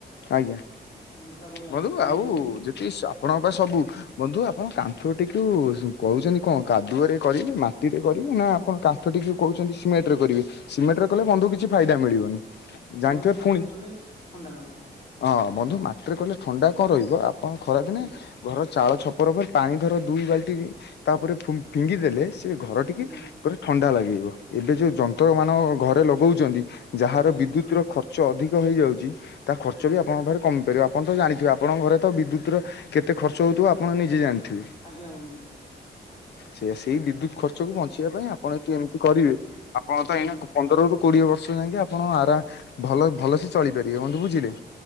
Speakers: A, on the left; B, on the left.
A: ଆଜ୍ଞା
B: ମୋଟା ବହ୍ଲା
A: ବନ୍ଧୁ
B: ତାକୁ
A: ଆଉ
B: ନେଇ ଆସିବୁ।
A: ଯେତିିକି ଆପଣଙ୍କ ପାଇଁ ସବୁ। ବନ୍ଧୁ ଆପଣ କାନ୍ଥ ଟିକୁ କହୁଛନ୍ତି କଣ କାଦୁଅରେ କରିବେ ନା ମାଟିରେ କରିବେ ନା ଆପଣ କା ତ ଟିକେ କହୁଛନ୍ତି ସିମେଟରେ କରିବେ ସିମେଣ୍ଟରେ କଲେ ବନ୍ଧୁ କିଛି ଫାଇଦା ମିଳିବନି। ଜାଣିଥିବେ
B: ବନ୍ଧୁ ମାଟିରେ
A: ପୁଣି
B: କଲେ ଥଣ୍ଡା ହବ।
A: ହଁ ବନ୍ଧୁ ମାଟିରେ କହିଲେ ଥଣ୍ଡା କଣ ରହିବ ଆପଣ ଖରାଦିନେ
B: ଆଜ୍ଞା।
A: ଘର ଚାଳ ଛପର ପରେ ପାଣି ଧର ଦୁଇ ବାଲ୍ଟି ତାପରେ ଫୁଫିଙ୍ଗିଦେଲେ। ଏ ଘର ଟିକି
B: ଆଜ୍ଞା
A: ଗୋଟେ ଥଣ୍ଡା ଲାଗିବ ଏବେ ଯୋଉ ଯନ୍ତ୍ର ମାନବ ଘରେ ଲଗଉଚନ୍ତି। ଯାହାର
B: ଆଜ୍ଞା
A: ବିଦ୍ୟୁତ୍ ର ଖର୍ଚ୍ଚ ଅଧିକ ହେଇଯାଉଚି ତା ଖର୍ଚ୍ଚ
B: ଆଜ୍ଞା
A: ବି ଆପଣଙ୍କ ପାଖରେ କମିପାରିବ ଆପଣ ତ ଜାଣିଥିବେ ଆପଣଙ୍କ ଘରେ ତ ବିଦ୍ୟୁତ୍ ର କେତେ ଖର୍ଚ୍ଚ ହେଉଥୁବ ଆପଣ ନିଜେ ଜାଣିଥିବେ।
B: ଆଜ୍ଞା ବନ୍ଧୁ।
A: ସେ ସେଇ ବିଦ୍ୟୁତ ଖର୍ଚ୍ଚକୁ ବଞ୍ଚେଇବା ପାଇଁ ଆପଣ ଏଠି ଏମିତି କରିବେ ଆପଣ ତ
B: ଆଜ୍ଞା
A: ଏଇନା ପନ୍ଦରରୁୁ କୋଡିଏ ବର୍ଷ ଯାଇକି ଆପଣ ଆରାମ ଭଲ ଭଲସେ ଚଳିପାରିବେ ବନ୍ଧୁ ବୁଝିଲେ।